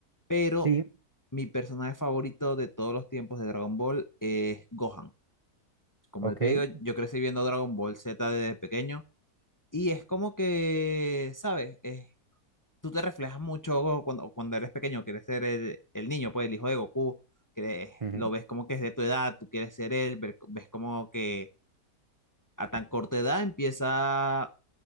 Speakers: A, on the left; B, on the right.
A: pero
B: Sí,
A: mi personaje favorito de todos los tiempos de Dragon Ball es Gohan. Como
B: ok.
A: yo te digo, yo crecí viendo Dragon Ball Z desde pequeño y es como que, ¿sabes? Es- tú te reflejas mucho cuando, cuando eres pequeño, quieres ser el, el niño, pues el hijo de Goku, crees
B: ujú,
A: lo ves como que es de tu edad, tú quieres ser él, ver- ves como que a tan corta edad empieza,